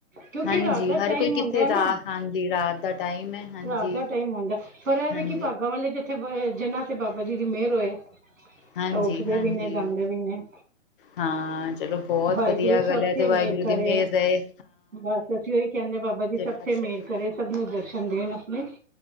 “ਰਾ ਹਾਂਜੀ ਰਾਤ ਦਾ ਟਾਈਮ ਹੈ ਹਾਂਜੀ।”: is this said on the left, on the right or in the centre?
Left